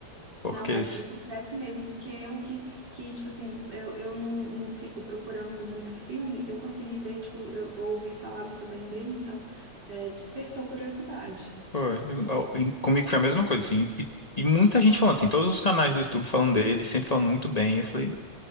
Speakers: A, on the left; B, on the right.
A: Porque
B: Não, mas
A: s-
B: foi sucesso mesmo, porque eu que, que tipo assim, eu, eu não, não fico procurando muito filme, eu consegui ver, tipo, eu ouvi falar muito bem dele, então é, despertou curiosidade.
A: foi, eu- eu- em- comigo foi a mesma coisa, assim. E, e muita gente falando assim, todos os canais do YouTube falando dele, sempre falando muito bem. Eu falei,